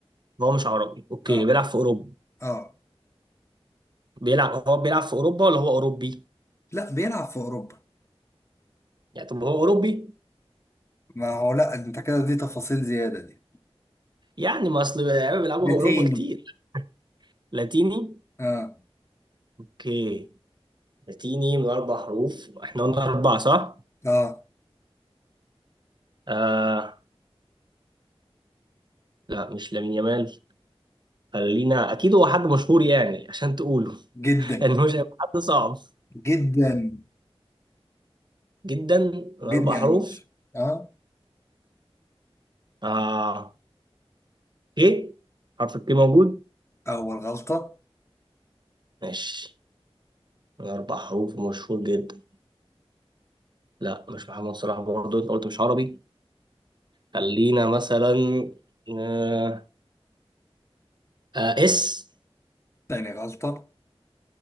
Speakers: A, on the right; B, on the left.
A: هو مش عربي اوكي
B: اه
A: بيلعب في اوروبا
B: اه
A: بيلعب هو بيلعب في اوروبا ولا هو اوروبي
B: لا بيلعب في اوروبا
A: يعني طب هو اوروبي
B: ما هو لا انت كده دي تفاصيل زياده دي
A: يعني ما اصل اللعيبه بيلعبوا
B: لاتيني
A: في اوروبا كتير لاتيني
B: اه
A: اوكي لاتيني من اربع حروف احنا قلنا اربعة صح
B: اه
A: آه لا مش لامين يامال خلينا اكيد هو حد مشهور يعني عشان تقوله <laughs>
B: جدا
A: انه مش هيبقى حد صعب
B: جدا
A: جدا من اربع
B: جدا يا
A: حروف
B: باشا اه
A: اه ايه حرف الكي موجود
B: اول غلطه
A: ماشي من اربع حروف مشهور جدا لا مش محمد صلاح برضه انت قلت مش عربي خلينا مثلا آه. آه. اس
B: تاني غلطه